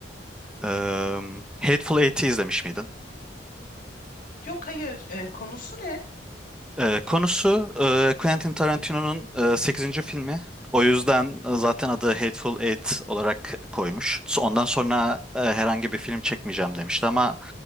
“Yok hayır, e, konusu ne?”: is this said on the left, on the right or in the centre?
Left